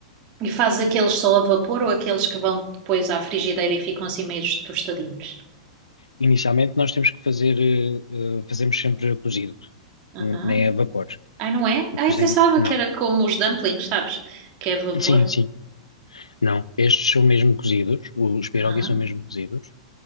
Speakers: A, on the right; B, on the left.
A: e fazes aqueles só a vapor ou aqueles que vão depois à frigideira e ficam assim meio tostadinhos?
B: Inicialmente nós temos que fazer, eh, eh, fazemos sempre cozido,
A: Aham.
B: n- nem a vapor.
A: Ai, não é?
B: O
A: Ai,
B: Cozemos,
A: pensava
B: não.
A: que era como os dumplings, sabes? Que é vapor.
B: Sim, sim. Não, estes são mesmo cozidos, os pierogi
A: Aham.
B: são mesmo cozidos.